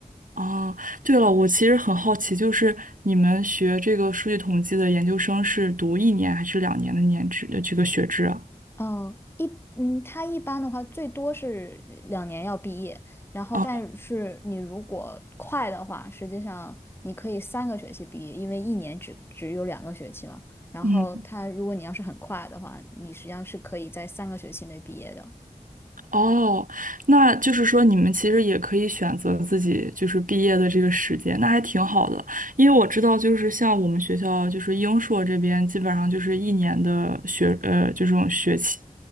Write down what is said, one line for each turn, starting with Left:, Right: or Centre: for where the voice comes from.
Right: 哦，对了，我其实很好奇，就是你们学这个数据统计的研究生是读一年还是两年的年制呃这个学制啊？
Left: 嗯，一嗯，他一般的话最多是两年要毕业，然后但是你如果快的话，
Right: 哦，
Left: 实际上你可以三个学期毕业，因为一年只只有两个学期嘛。然后他如果你要是很快的话，
Right: 嗯
Left: 你实际上是可以在三个学期内毕业的。
Right: 哦，那就是说你们其实也可以选择自己就是毕业的这个时间，那还挺好的。因为我知道，就是像我们学校，就是英硕这边，基本上就是一年的学，呃，就这种学期，